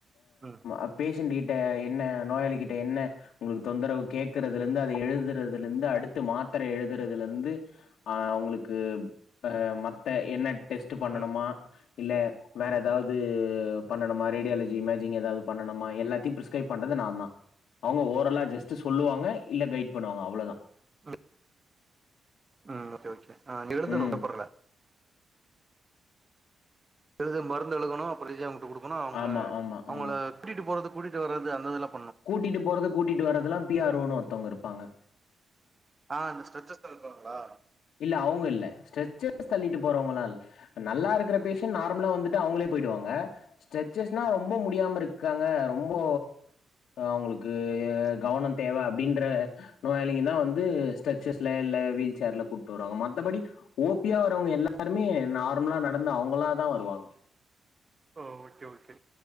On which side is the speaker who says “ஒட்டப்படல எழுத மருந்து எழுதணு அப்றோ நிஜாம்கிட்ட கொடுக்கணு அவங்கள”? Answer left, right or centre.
Right